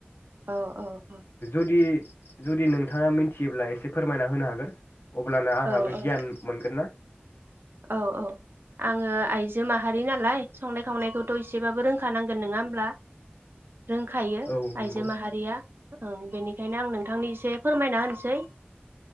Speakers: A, on the right; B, on the left.
A: औ औ औ
B: जुदि-जुदि नोंथाङा मिथियोब्ला एसे फोरमायना होनो हागोन? अब्लानो आंहाबो
A: औ औ
B: गियान मोनगोन ना
A: औ औ आङो आइजो माहारि नालाय संनाय खावनायखौथ' एसेबाबो रोंखानांगोन नङा होमब्ला? रोंखायो
B: औ
A: आइजो
B: नंगौ
A: माहारिया ओं बेनिखायनो आं नोंथांनि एसे फोरमायना होनसै